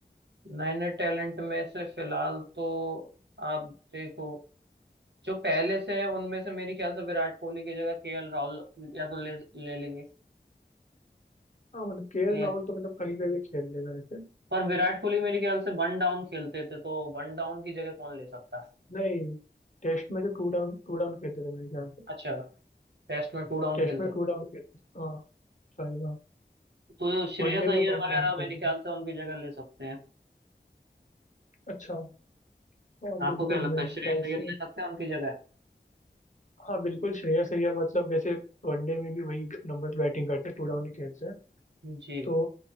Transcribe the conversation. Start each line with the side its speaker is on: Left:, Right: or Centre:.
Right: नए नए टैलेंट में से फिलहाल तो आप देखो जो पहले से हैं उनमें से मेरे ख्याल से विराट कोहली की जगह केएल राहुल या तो ले ले लेंगे
Left: हाँ मतलब केएल
Right: ये
Left: राहुल तो मतलब कहीं पे भी खेल लेगा ऐसे
Right: पर विराट कोहली मेरे ख्याल से वन डाउन खेलते थे तो वन डाउन की जगह कौन ले सकता है
Left: नहीं टेस्ट में तो टू डाउन टू डाउन खेलते थे मेरे ख्याल से
Right: अच्छा टेस्ट में टू डाउन
Left: टेस्ट
Right: खेलते
Left: में
Right: थे
Left: टू डाउन खेलते थे हाँ शायद हाँ
Right: तो श्रेयस
Left: वनडे
Right: अय्यर
Left: में वन
Right: वगैरह
Left: डाउन खेलते
Right: मेरे ख्याल
Left: थे
Right: से उनकी जगह ले सकते हैं
Left: अच्छा हाँ
Right: आपको
Left: बिल्कुल
Right: क्या लगता
Left: मेरे
Right: है श्रेयस
Left: ख्याल
Right: अय्यर
Left: से
Right: ले सकते हैं उनकी जगह
Left: हाँ बिल्कुल श्रेयस अय्यर मतलब वैसे वनडे में भी वही नंबर बैटिंग करते हैं टू डाउन ही खेलते हैं
Right: जी
Left: तो